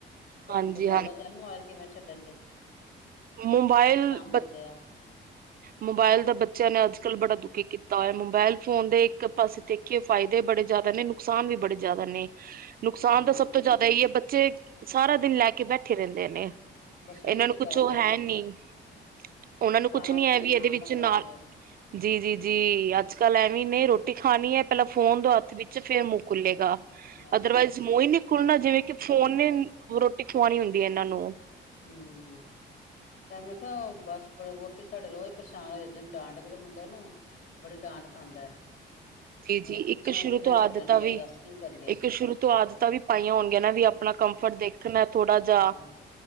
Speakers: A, on the left; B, on the right.
A: ਤੁਹਾਨੂੰ
B: ਹਾਂਜੀ
A: ਕੋਈ ਨੌਲੇਜ ਹੈ ਮੋਬਾਇਲ ਕਿਵੇਂ ਛੱਡਣਗੇ। ਆਪਣੇ ਗੋਪਾਲ ਤੋਂ ਫੋਕਸ ।
B: ਮੋਬਾਈਲ ਵਿਗਿਆਨ ਪ੍ਰਦਰਸ਼ਨੀ ਲਗਾਈ
A: ਯਾਰ ਤਾਂ ਬੱਸ ਸ਼ੋਕ ਪੁਰੇ
B: ਗਈ ਹੈ
A: ਕਰਦੇ ਆ
B: ਮੋਬਾਇਲ ਦਾ ਬੱਚਿਆਂ ਨੇ ਅੱਜ ਕੱਲ੍ਹ ਬੜਾ ਦੁਖੀ ਕੀਤਾ ਹੋਇਆ ਮੋਬਾਇਲ ਫ਼ੋਨ ਦੇ ਇੱਕ ਪਾਸੇ ਦੇਖੀਏ ਫਾਇਦੇ ਬੜੇ ਜ਼ਿਆਦਾ ਨੇ ਨੁਕਸਾਨ ਵੀ ਬੜੇ ਜ਼ਿਆਦਾ ਨੇ । ਨੁਕਸਾਨ
A: ਹੂੰ।
B: ਤਾਂ ਸਭ ਤੋਂ ਜ਼ਿਆਦਾ ਇ ਹੈ ਬੱਚੇ ਸਾਰਾ ਦਿਨ ਲੈ ਕੇ ਬੈਠੇ ਰਹਿੰਦੇ ਨੇ
A: ਬਸ ਉਹੀ
B: ਇਹਨਾਂ ਨੂੰ
A: ਤੇ
B: ਕੁੱ
A: ਗੱਲ
B: ਕੁਛ ਉਹ
A: ਏ
B: ਹੈ ਨਹੀਂ ਉਹਨਾਂ ਨੂੰ
A: ਖਾਣਾ
B: ਕੁਛ ਨੀ
A: ਪੀਣਾ
B: ਐ ਵੀ
A: ਤਾਂ
B: ਇਹਦੇ ਵਿੱਚ
A: ਮੰਗਣਗੇ
B: ਨਾਲ ਜੀ ਜੀ ਜੀ ਅੱਜ ਕੱਲ ਐਵੇਂ ਨੇ ਰੋਟੀ ਖਾਣੀ ਹੈ ਪਹਿਲਾਂ ਫੋਨ ਦੋ ਹੱਥ ਵਿੱਚ ਫੇਰ ਮੂੰਹ ਖੁੱਲੇ ਗਾ
A: ਹਾਂ
B: ਅਦਰਵਾਈਜ਼ ਮੂੰਹ ਈ ਖੁੱਲਣਾ ਜਿਵੇਂ ਕਿ ਫੋਨ ਨੇ ਰੋਟੀ ਖਵਾਉਣੀ ਹੁੰਦੀ ਹੈ ਇਹਨਾਂ ਨੂੰ
A: ਹੂੰ ਮੈਂ ਕਿਹਾ ਬਸ ਵਹੁਟੀ ਸਾਡੇ ਰੋਜ਼ ਪਰੇਸ਼ਾਨ ਹੋ ਜਾਂਦੇ ਡਾਂਟ ਦੀ ਮੁੰਡੇ ਨੂੰ ਬੜੀ ਡਾਂਟ ਖਾਂਦਾ
B: ਜੀ
A: ਮੈਂ
B: ਜੀ
A: ਕਿਹਾ ਪੁੱਛਾਂ
B: ਇੱਕ ਸ਼ੁਰੂ
A: ਕਿਵੇਂ
B: ਤੋਂ ਆਦਤਾਂ
A: ਛੱਡਣ ਗਿਆ
B: ਵੀ
A: ਦੱਸ ਕੀ ਕਰੀਏ
B: ਇੱਕ ਸ਼ੁਰੂ ਤੋਂ ਆਦਤਾਂ ਵੀ ਪਾਈਆਂ ਹੋਣਗੀਆਂ ਨੇ ਵੀ ਆਪਣਾ ਕੰਫਰਟ ਦੇਖਣਾ ਥੋੜਾ ਜਾ
A: ਹਾਂ